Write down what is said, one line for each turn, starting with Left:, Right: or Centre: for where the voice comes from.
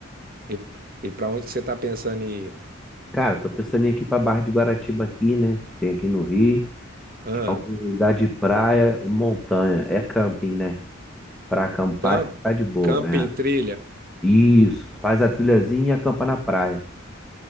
Right: e, e pra onde que você tá pensando em ir?
Centre: Cara, tô pensando em ir aqui pra Barra de Guaratiba aqui, né? Que tem aqui no Rio,
Right: Ah,
Centre: que é um lugar de praia e montanha. É camping, né? Pra acampar,
Right: camp,
Centre: tá de boa.
Right: camping,
Centre: É.
Right: trilha.
Centre: Isso. Faz a trilhazinha e acampa na praia.